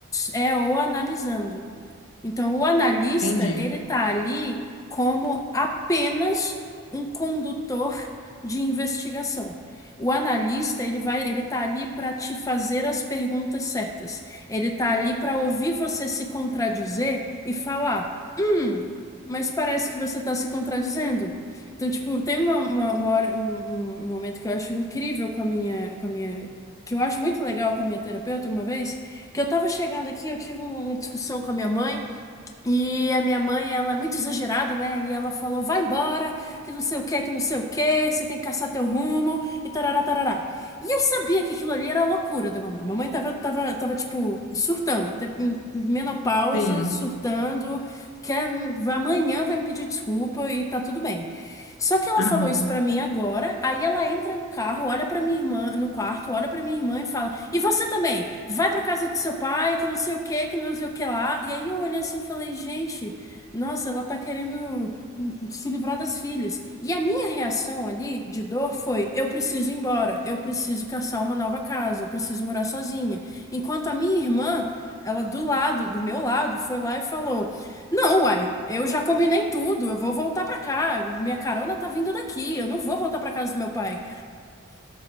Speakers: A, on the left; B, on the left.
A: é o analisando. Então, o analista,
B: Entendi.
A: ele tá ali como apenas um condutor de investigação. O analista, ele vai, ele tá ali para te fazer as perguntas certas. Ele tá ali para ouvir você se contradizer e falar: mas parece que você está se contradizendo. Então, tipo, tem uma, uma, uma hora, um, um- um momento que eu acho incrível com a minha, com a minha, que eu acho muito legal com a minha terapeuta uma vez, que eu tava chegando aqui, eu tive uma discussão com a minha mãe, e a minha mãe, ela é muito exagerada, né? E ela falou: vai embora, que não sei o que, que não sei o que, você tem que caçar teu rumo, e tarará, tarará. E eu sabia que aquilo ali era a loucura da mamãe. Mamãe tava, tava, tava tipo, surtando, te- menopausa,
B: Sim.
A: surtando, que amanhã vai me pedir desculpa e tá tudo bem. Só que ela
B: Aham.
A: falou isso pra mim agora, aí ela entra no carro, olha pra minha irmã, no quarto, olha pra minha irmã e fala: "E você também? Vai pra casa do seu pai, que não sei o que, que não sei o que lá". E aí eu olhei assim e falei: "Gente, nossa, ela tá querendo hum, se livrar das filhas". E a minha reação ali de dor foi: "Eu preciso ir embora, eu preciso caçar uma nova casa, eu preciso morar sozinha". Enquanto a minha irmã, ela do lado, do meu lado, foi lá e falou: não, uai, eu já combinei tudo, eu vou voltar pra cá, minha carona tá vindo daqui, eu não vou voltar pra casa do meu pai.